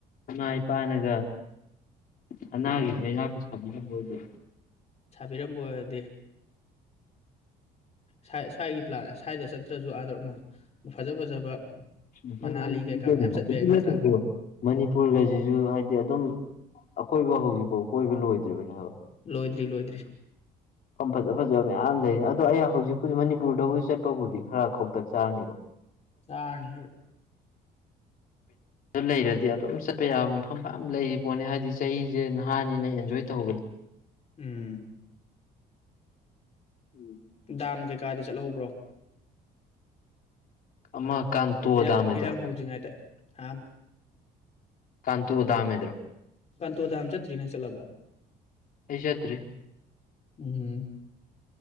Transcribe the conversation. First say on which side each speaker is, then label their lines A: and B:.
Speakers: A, on the left; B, on the left.
A: ꯏꯃꯥ ꯏꯄꯥꯅꯒ ꯁꯅꯥꯒꯤ ꯀꯩꯔꯥꯛꯀ ꯁꯥꯕꯤꯔꯝꯕ ꯑꯣꯏꯗꯤ
B: ꯁꯥꯕꯤꯔꯝꯕ ꯑꯣꯏꯔꯗꯤ ꯁ꯭ꯋꯥꯏ ꯁ꯭ꯋꯥꯏꯒꯤ ꯄꯂꯥ ꯁ꯭ꯋꯥꯏꯗ ꯆꯠꯇ꯭ꯔꯖꯨ ꯑꯥꯗ ꯐꯖ ꯐꯖꯕ
A: ꯃꯐꯝ
B: ꯃꯅꯥꯂꯤ
A: ꯌꯥꯝ <unintelligible>
B: ꯀꯩꯀꯥ ꯃꯌꯥꯝ ꯆꯠꯄ ꯌꯥꯏ ꯅꯠꯇ꯭ꯔꯥ
A: ꯃꯅꯤꯄꯨꯔ ꯒ ꯖꯤꯖꯨ ꯍꯥꯏꯗꯤ ꯑꯗꯨꯝ ꯑꯀꯣꯏꯕ ꯍꯧꯖꯤꯛꯐꯥꯎ ꯀꯣꯏꯕ ꯂꯣꯏꯗ꯭ꯔꯤꯕꯅꯦ ꯍꯥꯏꯕ
B: ꯂꯣꯏꯗ꯭ꯔꯤ ꯂꯣꯏꯗ꯭ꯔꯤ
A: ꯃꯐꯝ ꯐꯖ ꯐꯖꯕ ꯃꯌꯥꯝ ꯂꯩꯔꯤ ꯑꯗꯣ ꯑꯩ ꯍꯧꯖꯤꯛꯄꯨꯗꯤ ꯃꯅꯤꯄꯨꯔꯗꯕꯨ ꯆꯠꯄꯕꯨꯗꯤ ꯈꯔ ꯈꯧꯇꯛ ꯆꯥꯔꯅꯤ <inaudible>
B: ꯆꯥꯔꯅꯤ
A: ꯑꯗꯨ ꯂꯩꯔꯗꯤ ꯑꯗꯨꯝ ꯆꯠꯄ ꯌꯥꯕ ꯃꯐꯝ ꯃꯌꯥꯝ ꯂꯩꯔꯤ ꯄꯣꯠꯅꯤ ꯍꯥꯏꯗꯤ ꯆꯍꯤꯖ‌ꯦ ꯅꯍꯥꯅꯤꯅ‌ ꯑꯦꯟꯖꯣꯏ ꯇꯧꯍꯧꯒ
B: ꯎꯝ
A: ꯎꯝ
B: ꯗꯥꯝ ꯀꯩꯀꯥꯗꯤ ꯆꯠꯍꯧꯕ꯭ꯔꯣ
A: ꯑꯃ ꯀꯥꯟꯇꯣ
B: ꯏꯔꯥꯡ
A: ꯗꯥꯝ ꯍꯥꯏꯗ꯭ꯔꯣ
B: ꯏꯔꯥꯡ ꯍꯧꯗ꯭ꯔꯤꯉꯩꯗ ꯊꯥꯑꯝ
A: ꯀꯥꯟꯇꯨ ꯗꯥꯝ ꯍꯥꯏꯗꯨꯔꯣ
B: ꯀꯟꯇꯨ ꯗꯥꯝ ꯆꯠꯇꯔꯤ ꯅꯪ ꯆꯠꯂꯕꯣ
A: ꯑꯩ ꯆꯠꯇ꯭ꯔꯤ
B: ꯎꯝ